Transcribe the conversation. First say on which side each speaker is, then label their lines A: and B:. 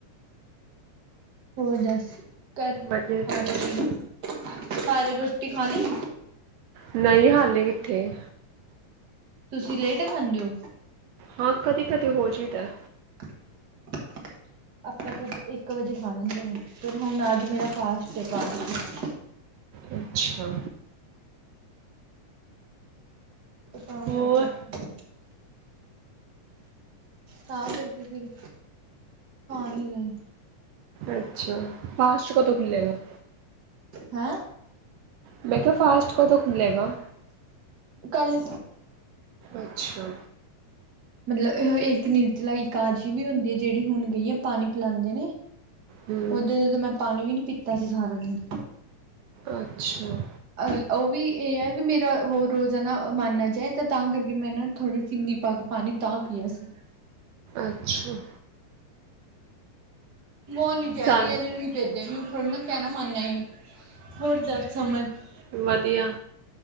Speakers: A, on the right (about 40°); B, on the right (about 85°).
A: ਹੋਰ ਦੱਸ, ਘਰ
B: ਵਧੀਆ
A: ਸਾਰੇ
B: ਤੂੰ ਦੱਸ
A: ਠੀਕ ਨੇ ਸਾਰੇ ਰੋਟੀ ਖਾਲੀ?
B: ਨਈ ਹਾਲੇ ਕਿੱਥੇ।
A: ਤੁਸੀਂ ਲੇਟ ਖਾਂਦੇ ਓ?
B: ਹਾਂ, ਕਦੀ-ਕਦੀ ਹੋ ਜੀ ਦੈ।
A: <inaudible> ਆਪਾਂ ਤਾਂ ਇ ਇੱਕ ਵਜੇ ਖਾ ਲੈਂਦੇ ਨੇ, ਫਿਰ ਹੋਨ ਅੱਜ ਮੇਰਾ ਫਾਸਟ ਏ ਏਕਾਦਸੀ ਦਾ।
B: ਅੱਛਾ।
A: ਓ ਤਾਂ
B: ਹੋਰ
A: ਕਰਕੇ ਆਪਾਂ ਤੇ ਤਾਂ ਕਰਕੇ ਫਿਰ, ਖਾ ਨਈ ਰਏ।
B: ਅੱਛਾ, ਫਾਸਟ ਕਦੋ ਖੁੱਲੇਗਾ?
A: ਹੈਂ?
B: ਮੈਂ ਕੇਆ, ਫਾਸਟ ਕਦੋ ਖੁੱਲੇਗਾ?
A: ਕੱਲ।
B: ਅੱਛਾ।
A: ਮਤਲਬ ਏਹੋ ਇੱਕ ਨਿਰਤਲਾ ਇਕਾਦਸੀ਼ ਵੀ ਹੋਂਦੀ ਏ, ਜੇੜੀ ਹੁਣ ਗਈ ਐ ਪਾਨੀ ਪਿਲਾੰਦੇ ਨੇ?
B: ਹੂੰ,
A: ਓਦੋਂ ਦੀ ਮੈਂ ਪਾਣੀ ਵੀ ਨੀ ਪਿੱਤਾ ਸੀ ਸਾਰਾ ਦਿਨ।
B: ਅੱਛਾ।
A: ਅਰ, ਓਹ ਵੀ ਏ ਐ ਵੀ ਮੇਰਾ ਵੋ ਰੋਜ਼ਾ ਨਾ ਮਾਨਾ ਜਾਏ, ਤੇ ਤਾਂ ਕਰਕੇ ਮੈਂ ਨਾ ਥੋੜੀ ਚਿੱਨੀ ਪਾ ਕੇ ਪਾਨੀ ਤਾਂ ਪੀਯਾ ਸੀ।
B: ਅੱਛਾ।
A: <unintelligible>
B: ਸਾਨੂੰ ਵਦੀਆ,